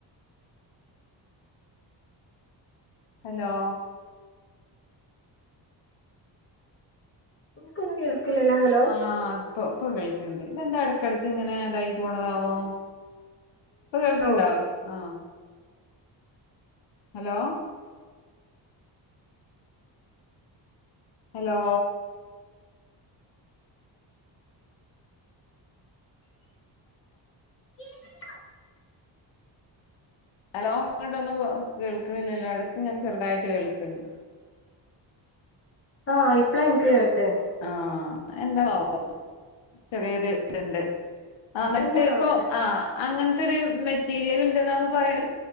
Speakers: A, on the left; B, on the left.
A: ഹലോ
B: എൻക്കൊന്നും കേൾക്കില്ലല്ലോ ഹലോ
A: ആഹ് ഇപ്പൊ ഇപ്പം കേൾക്ക്ണ്ട് ഇതെന്താ ഇടക്കിടക്ക് ഇങ്ങനെ എതായി പോണതാവോ ഇപ്പൊ കേൾക്കുണ്ടോ
B: ഓ
A: ആഹ് ഹലോ ഹലോ
B: കേൾക്കുണ്ടോ
A: അലോ ഇങ്ങോട്ടൊന്നും കേൾക്കണില്ലല്ലോ ഇടക്ക് ഇങ്ങനെ ചെറുതായിട്ട് കേൾക്കണ്ട്
B: ആഹ് ഇപ്പളാ എനിക്ക് കേട്ടെ
A: ആഹ് എന്താണോവോ ചെറിയൊരു ത്രെഡ്ഡ് ആഹ് മറ്റേ
B: എന്താണാവോ
A: ഇപ്പൊ
B: പ്രശ്നം
A: ആ അങ്ങനത്തെരു മെറ്റീരിയൽ ഉണ്ടന്നെല്ലോ പറയണ്